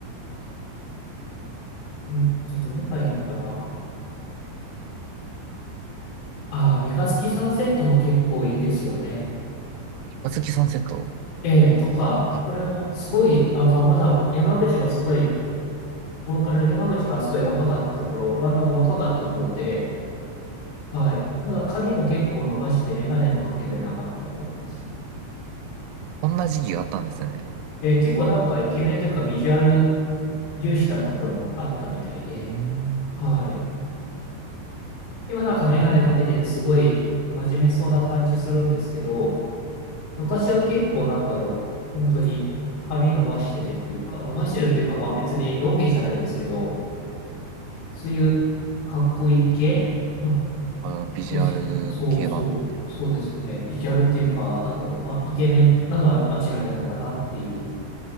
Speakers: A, on the left (about 65°); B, on the right (about 80°).
A: えっと、どれがいいのかなああ、三日月サンセットも結構いいですよね。
B: 三日月サンセット。
A: ええ、とか、
B: あ、
A: これはすごい、あと、まだ山口がすごい、ボーカルの山口がすごい若かった頃、バンドが若かった頃で、はい。まだ髪も結構伸ばして、メガネもかけてなかった頃ですね。
B: こんな時期があったんですね。
A: えー結構なんかイケメンというかビジュアル重視だった頃もあったみたいで、
B: うーん。
A: はい。今なんかメガネかけててすごい真面目そうな感じするんですけど、
B: え、うん
A: 昔は結構なんだろう、本当に髪伸ばしててっていうか、伸ばしてるっていうかまあ別にロン毛じゃないですけど、そういうかっこいい系あ
B: あ、ビジュアル系バンドみたいな。
A: でした。そうそう、そうですね。ビジュアルっていうか、なんだろう、まあイケメンなのは間違いないのかなっていう